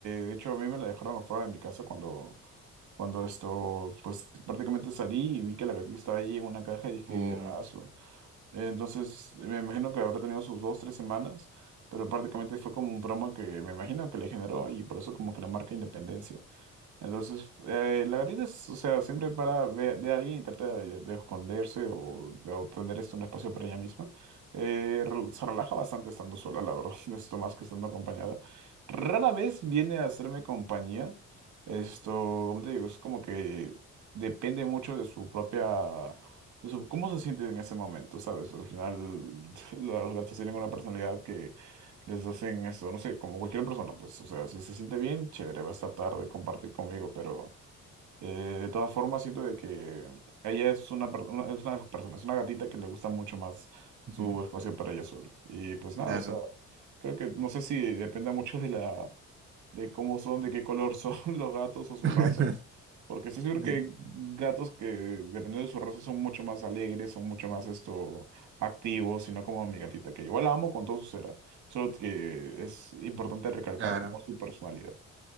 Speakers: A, on the right (about 75°); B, on the right (about 40°).
A: de hecho a mí me la dejaron afuera de mi casa cuando, cuando esto, pues prácticamente salí y vi que la gatita estaba allí en una caja y dije,
B: O,
A: aso. entonces me imagino que habrá tenido sus dos, tres semanas, pero prácticamente fue como un trauma que me imagino que le generó y por eso como que la marca Independencia. Entonces, eh, la gatita es, o sea, siempre para ver a alguien y trata de, de esconderse o de obtener esto un espacio para ella misma. Eh, rel- se relaja bastante estando sola, la verdad, <laughs> esto más que estando acompañada. Rara vez viene a hacerme compañía. Esto, como te digo, es como que depende mucho de su propia, de su- cómo se siente en ese momento, ¿sabes? Al final, <laughs> los gatos tienen una personalidad les hacen esto, no sé, como cualquier persona, pues, o sea, si se siente bien, chévere, va a estar tarde compartir conmigo, pero eh, de todas formas siento de que ella es una, per- una- es una persona, es una gatita que le gusta mucho más su
B: ujú,
A: espacio para ella sola. Y pues
B: claro.
A: nada, o sea, creo que no sé si depende mucho de la, de cómo son, de qué color son <laughs> los gatos o su
B: <laughs>
A: raza. Porque estoy seguro
B: Mm,
A: que hay gatos que, dependiendo de su raza, son mucho más alegres, son mucho más esto, activos, y no como mi gatita, que igual la amo con todo su ser, ¿ah? Solo que es importante recalcar
B: Claro.
A: como su personalidad.